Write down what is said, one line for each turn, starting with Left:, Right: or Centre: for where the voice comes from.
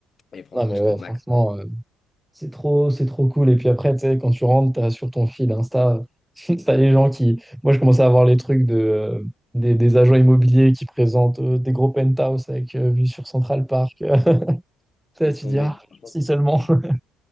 Left: Et franchement,
Centre: Non mais
Left: j'étais
Centre: ouais,
Left: au max.
Centre: franchement, euh, C'est trop, c'est trop cool. Et puis après, tu sais, quand tu rentres, t'as sur ton fil Insta, <laughs> t'as les gens qui. Moi, je commençais à voir les trucs de, euh, des, des agents immobiliers qui présentent euh, des gros penthouse avec euh, vue sur Central Park. <laughs> Ça,
Left: Laisse
Centre: tu
Left: tomber.
Centre: dis, ah,
Left: Franchement,
Centre: si
Left: ça
Centre: seulement.
Left: fait rêver.
Centre: <laughs>